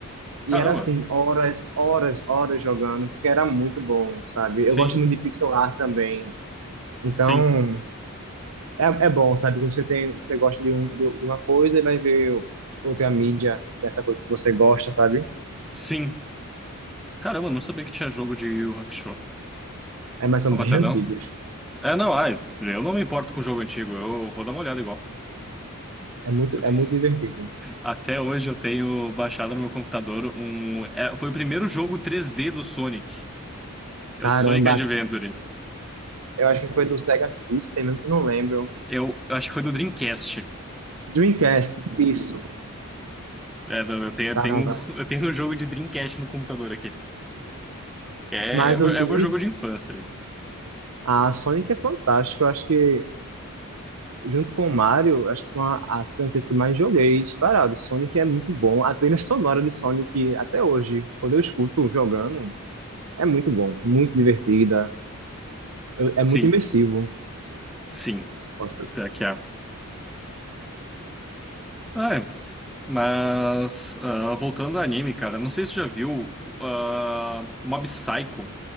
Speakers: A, in the centre; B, on the right (about 75°).
A: Caramba.
B: E era assim, horas, horas, horas jogando, porque era muito bom, sabe?
A: Sim,
B: Eu gosto muito de pixel art também. Então,
A: sim,
B: É, é bom, sabe? que Você tem, você gosta de, um, de, de uma coisa e vai ver outra mídia dessa coisa que você gosta, sabe?
A: sim. Caramba, não sabia que tinha jogo de Yu Yu Hakusho.
B: É, mas são
A: Ah, vou
B: bem
A: até
B: <laughs> antigos.
A: dar um. É, não, ai, eu não me importo com o jogo antigo, eu vou dar uma olhada igual.
B: É muito,
A: Eu te-
B: é muito divertido.
A: Até hoje eu tenho baixado no meu computador um. é, foi o primeiro jogo 3D do Sonic. É
B: Caramba,
A: o Sonic Adventure.
B: eu acho que foi do Sega System, eu não lembro.
A: Eu, eu acho que foi do Dreamcast.
B: Dreamcast, isso.
A: É, não, eu tenho, eu
B: Caramba.
A: tenho, um- <laughs> eu tenho um jogo de Dreamcast no computador aqui. É,
B: Mas
A: é meu-
B: o, o
A: é meu
B: Dream,
A: jogo de infância ali.
B: a Sonic é fantástica. Eu acho que, junto com o Mario, acho que foi uma, as franquias que eu mais joguei disparado. Sonic é muito bom. A trilha sonora de Sonic, até hoje, quando eu escuto jogando, é muito bom. Muito divertida. Eu-
A: Sim,
B: É muito imersivo.
A: sim,
B: Gosto.
A: pior que é. Ah, é. mas ah, voltando ao anime, cara, não sei se você já viu ah, Mob Psycho,